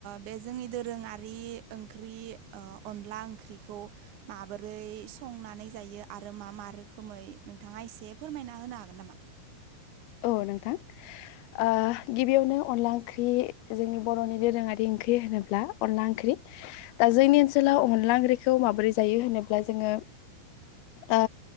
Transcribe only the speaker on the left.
औ नोंथां ओ गिबियावनो अनला ओंख्रि जोंनि बर'नि दोरोङारि ओंख्रि होनोब्ला अनला ओंख्रि दा जोंनि ओनसोलाव अनला ओंख्रिखौ माबोरै जायो होनोब्ला जोङो ओ